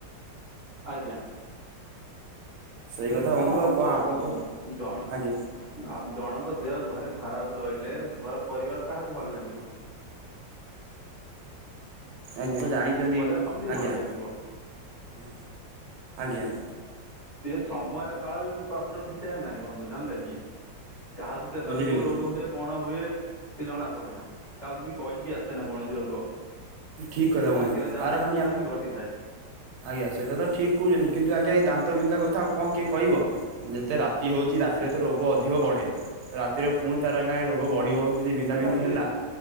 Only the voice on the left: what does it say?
ଆଜ୍ଞା,
ସେ
ଜିନିଷ
ଟା ହବ
ଜଣ,
ଆପ୍ ଜଣଙ୍କ ଦେହ ଘରେ ଖରାପ୍ ରହିଲେ ଘର ପରିବାର କାହାକୁ ଭଲ ଲାଗିବନି,
ପରିବାର ସେମିତି
ଭଲ ଲାଗିବ ସେ ସମୟ କାଳ ବି ପାତ୍ର ଠିକ୍ ଠାକ୍ ନାହିଁ ବନ୍ଧୁ ଜାଣିଲେ କି, କାହାକୁ କେତେବେଳେ
କୋଉ
ରୋଗ ହୁଏ, କଣ ହୁଏ କି ଜଣା ପଡ଼େ ନା କାହାକୁ ବି କହିକି ଆସେ ନା କୌଣସି ରୋଗ,
ଭାଗ୍ୟରେ
ଯାହା
ଥାଏ
ସେଟା
ହିଁ ଘଟିଥାଏ
ସେଟା
ହୁଏ